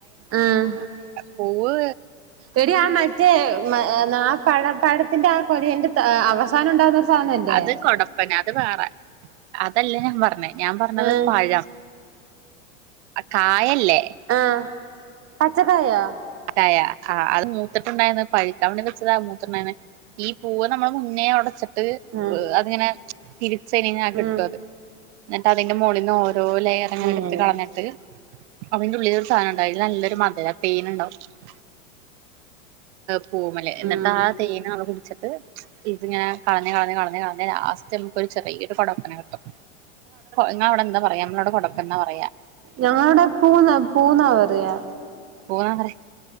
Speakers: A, on the right; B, on the right.
A: ആഹ്
B: പൂവ്വ്
A: എടീ ആ മറ്റേ ആ പഴ പഴത്തിന്റെ ആ കൊലേന്റെ അവസാനണ്ടാകുന്നൊരു സാനല്ലേ
B: അത് കൊടപ്പന അത് വേറെ അതല്ല ഞാൻ പറഞ്ഞേ ഞാ പറഞ്ഞത്
A: ഉം
B: പഴം കായല്ലേ
A: ആഹ് പച്ചക്കായോ
B: ആ അത് മൂത്തിട്ട്ണ്ടാന്ന് പഴ്ക്കാൻ വേണ്ടി വെച്ചതാ മൂത്തമ്മാനേ ഈ പൂവ നമ്മള് മുന്നേ ഒടച്ചിട്ട്
A: ഉം
B: അത്ങ്ങനെ ഇരി ശെനി ഞാ കിട്ടോത്
A: ഉം
B: ന്നട്ട് അതിന്റെ മോളിന്ന് ഓരോ ലെയർങ്ങനെ
A: ഉം
B: എടുത്ത് കളഞ്ഞിട്ട്, അത്ൻ്റെ ഉള്ളിലൊര് സാനണ്ട് അയില് നല്ലൊരു മധുരാ തേന്ണ്ടാവും പൂമല് എന്നിട്ട്
A: ഉം
B: ആ തേൻ ഞാള് കുട്ച്ചിട്ട് ഇതിങ്ങനെ കളഞ്ഞ് കളഞ്ഞ് കളഞ്ഞ് കളഞ്ഞി ലാസ്റ്റ് അമ്മക്കൊരു ചെറിയൊരു കൊടോപ്പനെ കിട്ടും ഇങ്ങളവടെ എന്താ പറയാ അമ്മളവ്ടെ കൊടപ്പന്നാ പറയാ
A: ഞങ്ങളെ ഇവടെ പൂ ന്നാ പൂ ന്നാ പറിയാ
B: പൂ ന്നാ പറിയ